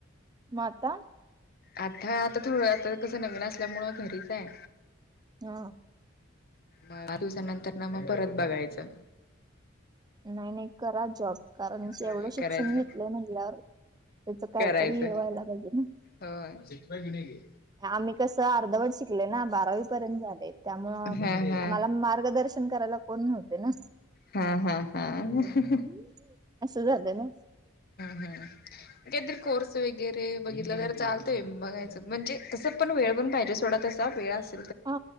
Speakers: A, on the right; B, on the left.
A: म आता?
B: आता आता थोडं आता कसं नविन असल्यामुळं घरीच आहे.
A: हा.
B: मग आ दिवसानंतर न मग परत बघायचं.
A: नाही नाही करा जॉब. कारण
B: होय
A: एवढं शिक्षण
B: करायचं
A: घेतलंय म्हणल्यावर त्याच कायतरी
B: करायचं
A: हे व्हायला पाहिजे ना
B: होय
A: आम्ही कसं अर्धवट शिकले ना बारावी पर्यंत झाले त्यामुळं
B: हा हा
A: आम्हाला मार्गदर्शन करायला कोण नव्हते ना
B: हा हा हा
A: हम्म.
B: हा
A: असं झालं ना
B: हा काहीतरी कोर्स वगैरे बघितलं तर चालतोय बघायचं म्हणजे तसं पण वेळ पण पाहिजे सोडा तसा वेळ अस
A: हा